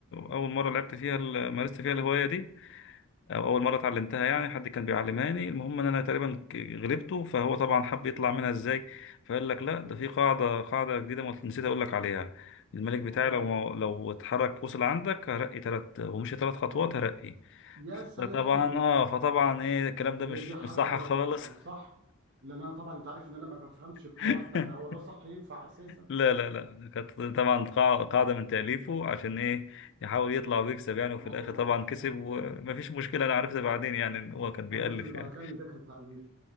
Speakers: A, on the left (about 60°); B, on the right (about 55°).
A: اول مره لعبت فيها ال- مارست فيها الهوايه دي او اول مره اتعلمتها يعني
B: مم.
A: حد كان بيعلمهاني المهم ان انا تقريبا ك- غلبته فهو طبعا حب يطلع منها ازاي فقال لك لا
B: ازاي
A: ده في قاعده قاعده جديده ما نسيت اقول لك عليها الملك بتاعي
B: اه
A: لو لو اتحرك وصل عندك هرقي ثلاث ومشي ثلاث خطوات هرقي
B: يا سلام
A: فطبعا اه فطبعا ايه الكلام ده
B: هي
A: مش
B: دي حاجة
A: مش صح
B: غلط
A: خالص
B: طبعا صح لان انا طبعا انت عارف ان انا ما بفهمش القواعد
A: <laughs>
B: بتاعتها هو ده صح ينفع اساسا
A: لا لا لا كانت طبعا قاع- قاعدة من تأليفه عشان ايه يحاول يطلع ويكسب يعني
B: اه
A: وفي الآخر طبعا كسب ومفيش مشكلة أنا عرفت بعدين يعني إن هو كان بيألف
B: عرفت ان بعد
A: يعني
B: كده ان ده كان تأليف